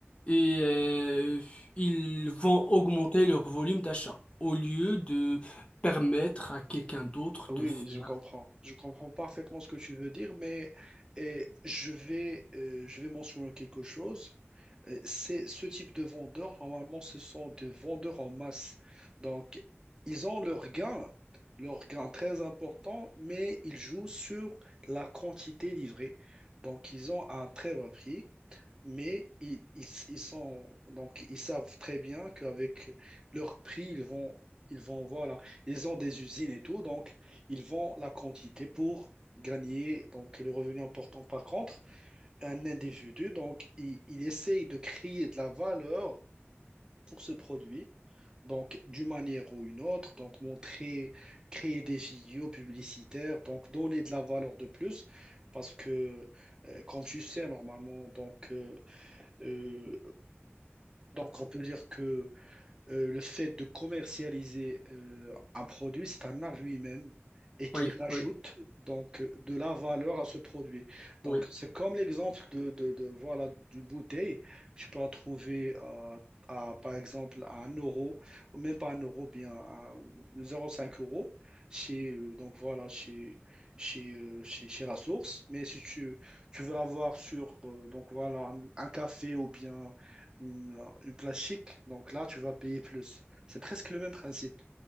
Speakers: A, on the left (about 25°); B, on the right (about 15°).
A: et euh, ils vont augmenter leur volume d'achat au lieu de permettre à quelqu'un d'autre
B: Oui,
A: de faire.
B: oui, je comprends. Je comprends parfaitement ce que tu veux dire, mais euh, je vais, euh, je vais mentionner quelque chose. Euh, c'est ce type de vendeurs, normalement, ce sont des vendeurs en masse. Donc, ils ont leur gain, leur gain très important, mais ils jouent sur la quantité livrée. Donc, ils ont un très bas prix mais ils, ils, ils sont donc ils savent très bien qu'avec leur prix, ils vont ils vont voilà, ils ont des usines et tout, donc ils vendent la quantité pour gagner donc le revenu important. Par contre, un individu donc il, il essaye de créer de la valeur pour ce produit. Donc, d'une manière ou une autre, donc montrer, créer des vidéos publicitaires, donc donner de la valeur de plus, parce que, euh, comme tu sais, normalement, donc, euh, euh, donc, on peut dire que euh, le fait de commercialiser euh, un produit, c'est un art lui-même et qui
A: Oui,
B: rajoute
A: oui,
B: donc euh, de la valeur à ce produit.
A: oui,
B: Donc, c'est comme l'exemple de, de, de- voilà d'une bouteille. Tu peux la trouver à, à, par exemple à un euro ou même pas un euro, bien à 0,5 euros chez euh, donc voilà chez chez, euh, chez chez la source. Mais si tu tu veux l'avoir sur euh, donc voilà un un café ou bien une, euh, une place chic. Donc là, tu vas payer plus. C'est presque le même principe.